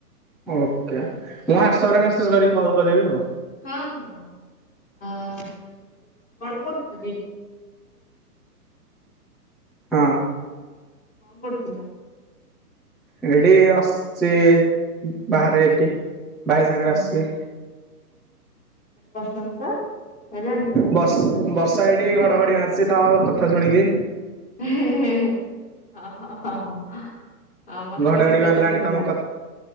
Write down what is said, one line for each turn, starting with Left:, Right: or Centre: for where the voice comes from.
Centre: ଓକେ ମୁଁ ହ୍ୱାଟ୍ସଆପରେ
Left: ହୁଁ।
Centre: ମେସେଜ କରିକି କଲ୍ କରିଦେବି ଆଉ।
Left: ହଁ ହଁ ଆ ଯୋଉ କଣ କରୁଛନ୍ତି?
Centre: ହଁ
Left: କଣ କରୁଥିଲ?
Centre: ଏଇଠି ଆସୁଛି ବାହାରେ ଏଠି। ଭାଇ ସାଙ୍ଗରେ
Left: ଓହୋ।
Centre: ଆସଛି।
Left: ବର୍ଷା ଫର୍ଷା ହେଲାଣି?
Centre: ବର୍ଷ ବର୍ଷା ଏଇଠି ଘଡ଼ଘଡ଼ି ମାରୁଛି ତମ କଥା ଶୁଣିକି।
Left: ହେ ହେ ହେ ହେ ହଁ ହଁ ହଁ ହଁ ହଁ ମତେ
Centre: ଘଡଘଡି
Left: ବି ଶୁଭା
Centre: ମାରିଲାଣି
Left: ଶୁଭିଲା
Centre: ତମ କଥା